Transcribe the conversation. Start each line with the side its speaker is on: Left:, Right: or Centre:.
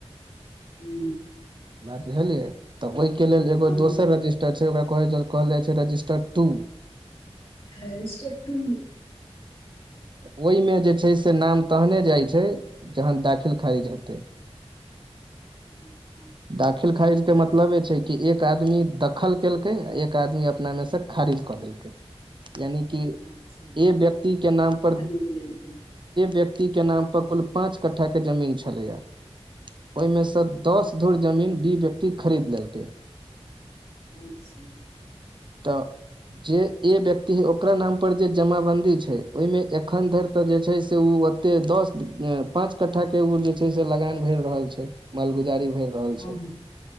Left: हू।
Right: बुझलियै तऽ ओहिके लेलऽ एगो
Left: हँ
Right: दोसर
Left: हँ
Right: रिस् ट छैय ओकरा कहै -कहल जाय छैय रजिस्टर टू
Left: रजिस्ट्रर टू।
Right: ओय मे जे छैय से नाम तहने जाय छै जहन दाखिल खारिज हेतै
Left: हूँ हूँ
Right: दाखिल खारिज के मतलबे छैय कि एक आदमी दखल केलकै आ एक आदमी अपना मे खारिज कऽ देलकै यानि कि
Left: अच्छा
Right: व्यक्ति के नाम पर
Left: खरीद लेलकै
Right: व्यक्ति के नाम पर कुल पाँच कट्ठा के जमीन छेलैया ओय मे से
Left: हूँ हूँ
Right: दस धुर जमीन भी ब व्यक्ति खरीद लेलकै
Left: अच्छा।
Right: त जे व्यक्ति है ओकरा नाम पर जे जमाबंन्दी छैय ओय मे एखन धैर तऽ जे छैय से एते दस पाँंच कट्ठा के उ जे छैय से लगान भैर रहल छैय मालगुजारी भै रहल
Left: हँ
Right: छैय
Left: हँ